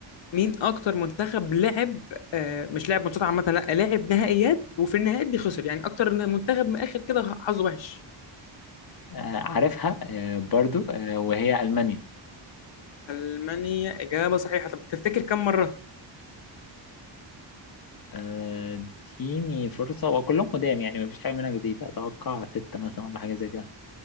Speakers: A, on the left; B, on the left.
A: مين اكتر منتخب لعب آه، مش لعب ماتشات عامه لا لعب نهائيات وفي النهائيات دي خسر يعني اكتر منتخب من اخر كده حظه وحش
B: آه، عارفها آه، برضو آه، وهي ألمانيا
A: المانيا اجابه صحيحه طب تفتكر كم مره
B: آه، اديني فرصة وكلهم قدام يعني مفيش حاجة منها جديدة أتوقع ستة مثلا ولا حاجة زي كده